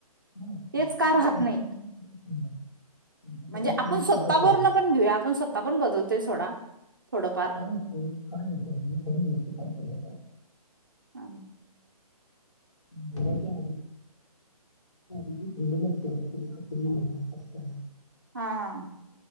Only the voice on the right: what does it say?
तेच का
राहत नाही
म्हणजे
आपण
स्वतः
पून
पण घेऊया आपण स्वत पण बदलतोय सोडा थोडंफार
हम
हा हम्